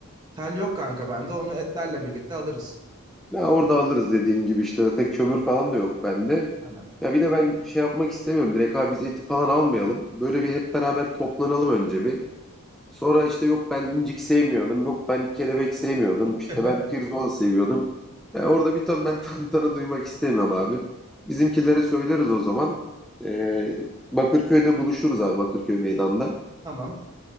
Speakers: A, on the right (about 20°); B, in the centre.
A: Tel yok kanka bende. Onu etlerle birlikte alırız.
B: Ya orada alırız dediğin gibi işte. Zaten kömür falan da yok bende.
A: Aynen.
B: Ya bir de ben şey yapmak istemiyorum. Direkt abi biz eti falan almayalım. Böyle bir hep beraber toplanalım önce bir. Sonra işte yok ben incik sevmiyordum, yok ben kelebek sevmiyordum,
A: <laughs>
B: işte ben pirzola seviyordum. E, orada bir ton ben <laughs> tantana duymak istemem abi. Bizimkilere söyleriz o zaman. E, Bakırköy'de buluşuruz abi Bakırköy meydanda.
A: Tamam.